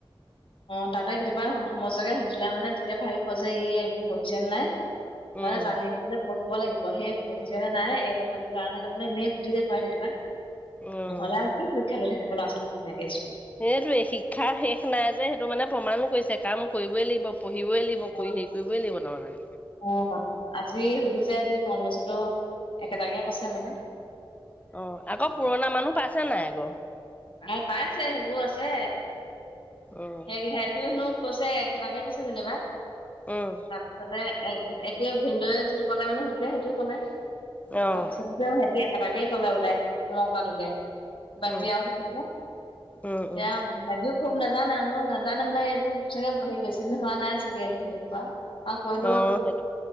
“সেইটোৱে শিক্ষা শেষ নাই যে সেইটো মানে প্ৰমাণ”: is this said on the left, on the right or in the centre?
Left